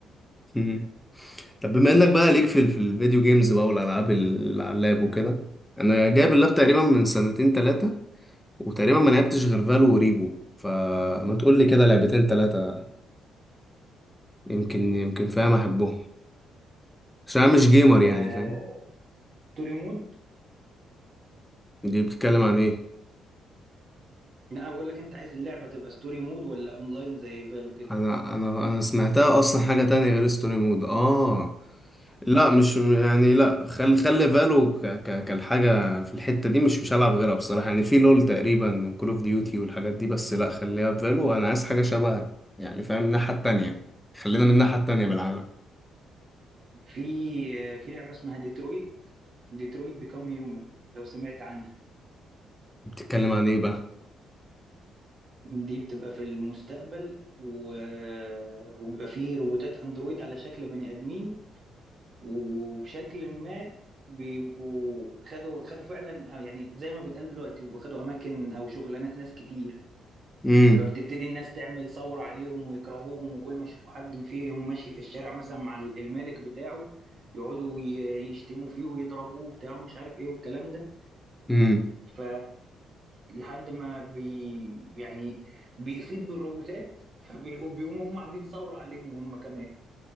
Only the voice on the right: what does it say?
آه...
ستوري مود
لا بقول لك انت عايز اللعبه تبقى ستوري مود ولا اونلاين زي فالو كده
في آه، في لعبه اسمها ديترويت ديترويت بيكام هيومن لو سمعت عنها
دي بتبقى في المستقبل و... وبيبقى فيه روبوتات اندرويد على شكل بني ادمين وبشكل ما بيبقوا خدوا خدوا فعلا أو يعني زي ما بيتقال دلوقتي بيبقوا خدوا اماكن او شغلانات ناس كتير
فبتبتدي الناس تعمل ثورة عليهم ويكرهوهم وكل ما يشوفوا حد فيهم ماشي في الشارع مثلا مع المالك بتاعه يقعدوا ي- يشتموا فيه ويضربوه بتاعه مش عارف ايه والكلام ده
ف لحد ما بي يعني بيفيض بالروبوتات فبيقوموا هم عاملين ثورة عليهم هم كمان